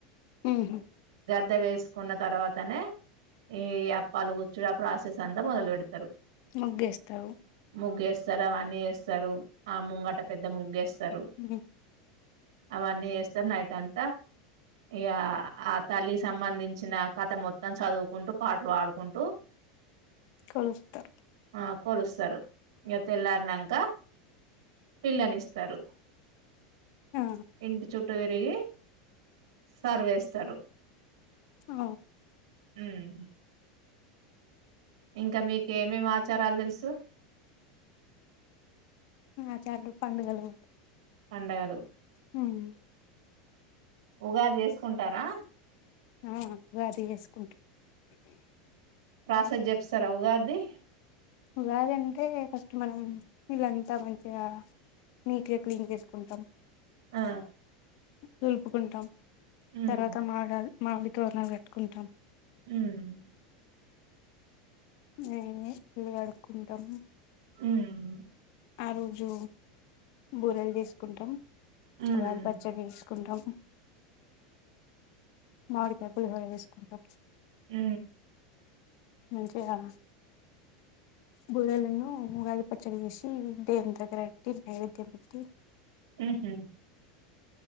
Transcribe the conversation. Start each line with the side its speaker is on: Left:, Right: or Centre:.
Left: మ్ హూ
Right: ద్ద వేసుకున్న తర్వాతనే ఈ అప్పాలు కూర్చుడు ఆ ప్రాసెస్ అంతా మొదలు పెడతరు
Left: ముగ్గేస్తరు
Right: ముగ్గేస్తరు అవన్నీ యేస్తరు ఆ ముంగట పెద్ద ముగ్గు యేస్తరు
Left: ఉహు
Right: అవన్నీ చేస్తరు నైట్ అంతా ఇగ ఆ తల్లికి సంబంధించిన కథ మొత్తం చదువుకుంటూ పాటలు పాడుకుంటూ <inaudible>
Left: కొలుస్తరు
Right: ఆ కొలుస్తరు ఇగ తెల్లారినాంక పిళ్ళనిస్తరు
Left: ఆ
Right: ఇంటి చుట్టూ తిరిగి సర్వేస్తరు
Left: ఆ
Right: హ్మ్ ఇంకా మీకు ఏమేమి ఆచారాలు తెలుసు
Left: ఆచారాల్ పండగలు
Right: పండగలు
Left: మ్
Right: ఉగాది చేసుకుంటారా
Left: ఆ ఉగాది చేసుకుంటం
Right: ప్రాసెస్ జెప్పిస్తారా ఉగాద్ది
Left: ఉగాదంటే ఫస్ట్ మనం ఇళ్ళంతా మంచిగా నీట్గా క్లీన్ చేసుకుంటాం
Right: ఆ
Left: దులుపుకుంటాం
Right: ఉమ్
Left: తర్వాత మామిడ మామిడి తోరణాలు కట్టుకుంటాం
Right: హ్మ్
Left: మేమే ఇళ్ళు కడుకుంటాం
Right: హ్మ్
Left: ఆ రోజు బూరెలు చేసుకుంటాం
Right: ఉమ్
Left: ఉగాది పచ్చడి చేసుకు కుంటం మామీడికాయ పులిహోర చేసుకుంటాం.
Right: హ్
Left: మంచిగా బూరేలు ఉన్ను ఉగాది పచ్చడి చేసి దేవుని దగ్గర పెట్టి నైవేద్యం పెట్టి
Right: ఉహ్